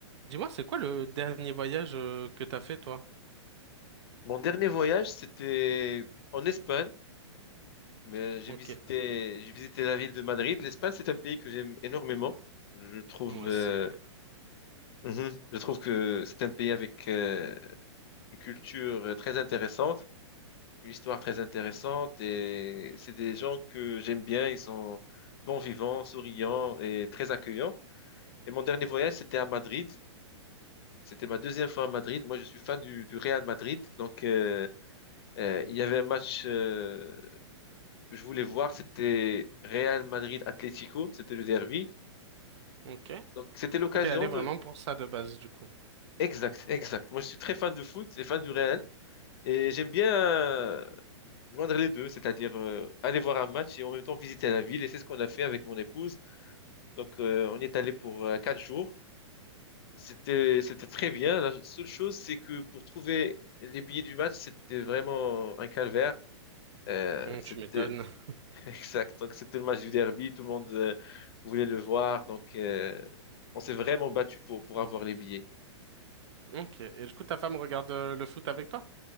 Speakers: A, on the right (about 65°); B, on the left (about 55°).
A: Dis-moi, c'est quoi le dernier voyage euh, que t'as fait, toi?
B: Mon dernier voyage, c'était en Espagne, mais j'ai
A: Ok.
B: visité, j'ai visité la ville de Madrid. L'Espagne, c'est un pays que j'aime énormément. Je trouve,
A: Moi
B: euh,
A: aussi. ouais.
B: mhm, je trouve que c'est un pays avec euh, une culture euh, très intéressante, une histoire très intéressante, et c'est des gens que j'aime bien. Ils sont bons vivants, souriants et très accueillants. Et mon dernier voyage, c'était à Madrid. C'était ma deuxième fois à Madrid. Moi, je suis fan du, du Real Madrid, donc euh, euh, il y avait un match. euh, que je voulais voir, c'était Real Madrid-Atlético, c'était le derby.
A: Ok.
B: Donc c'était l'occasion
A: T'es allé
B: de...
A: vraiment pour ça de base, du coup.
B: Exact, exact. Moi je suis très fan de foot et fan du Real. Et j'aime bien euh, joindre les deux, c'est-à-dire euh, aller voir un match et en même temps visiter la ville. Et c'est ce qu'on a fait avec mon épouse. Donc euh, on y est allé pour euh, quatre jours. C'était c'était très bien. La seule chose, c'est que pour trouver les billets du match, c'était vraiment un calvaire. Euh,
A: Hum,
B: c'était
A: tu m'étonnes. <laughs>
B: Exact. Donc, c'était le match du derby. Tout le monde euh, voulait le voir. Donc, euh, on s'est vraiment battu pour, pour avoir les billets.
A: Ok. Et du coup, ta femme regarde euh, le foot avec toi?